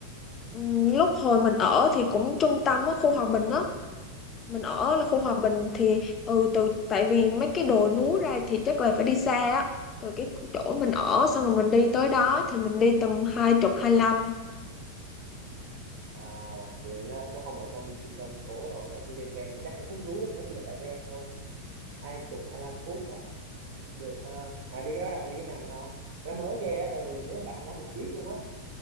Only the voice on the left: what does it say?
Ừ, lúc hồi mình ở thì cũng trung tâm á khu Hòa Bình á mình ở là khu
hòa bình thì ừ từ tại vì mấy cái đồi núi ra thì chắc là phải đi xa á từ cái chỗ mình ở xong rồi mình đi tới đó thì mình đi tầm hai chục hai mươi lăm